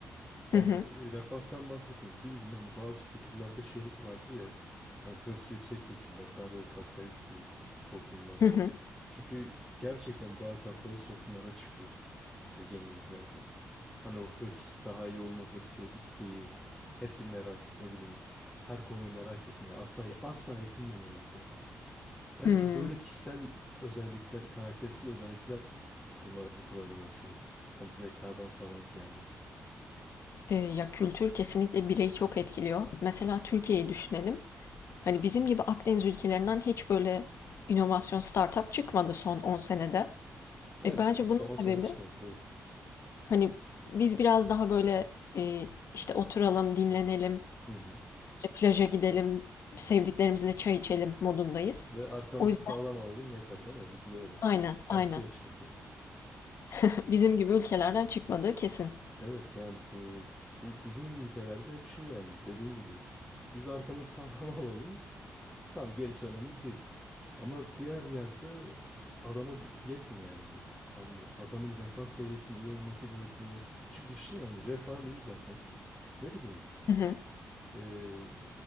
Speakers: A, in the centre; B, on the left.
A: Yani
B: Hı hı,
A: e, refahtan bahsetmiyorum. Bildiğin hani bazı kültürlerde şey vardır ya. Hani hırsı yüksek kültürler. Daha böyle kapitalist diyeyim toplumlar.
B: hı hı,
A: Çünkü gerçekten daha kapitalist toplumlara çıkıyor e, yeniliklerde. Hani o hırs, daha iyi olma hırsı, isteği, hep bir merak, ne bileyim, her konuyu merak etme, asla asla yetinmeme mesela. Belki
B: hı.
A: böyle kişisel özellikler, karakteristik özellikler buna bu kadar yol açıyordur. Hani zekadan falan ziyade.
B: Eee, ya, kültür kesinlikle bireyi çok etkiliyor. Mesela Türkiye'yi düşünelim. Hani bizim gibi Akdeniz ülkelerinden hiç böyle inovasyon startup çıkmadı son 10 senede.
A: Evet,
B: E, bence
A: son
B: bunun sebebi
A: sene çıkmadı doğru.
B: hani biz biraz daha böyle e, işte oturalım, dinlenelim,
A: Hı hı.
B: işte plaja gidelim, sevdiklerimizle çay içelim modundayız.
A: Ve arkamızı
B: O yüzden
A: sağlam alalım yeter değil mi? Bizde öyle.
B: aynen,
A: Dersi
B: aynen.
A: yok çünkü.
B: <laughs> Bizim gibi ülkelerden çıkmadığı kesin.
A: Evet yani bu, bu bizim gibi ülkelerde hep şey yani dediğin gibi biz arkamızı sağlam <laughs> alalım. Tamam gerisi önemli değil. Ama diğer yerde adama bu, yetmiyor yani bu. Hani adamın refah seviyesinin iyi olması da yetmiyor. Çünkü düşünsene hani refahın iyi zaten. Ne bileyim
B: Hı hı,
A: eee,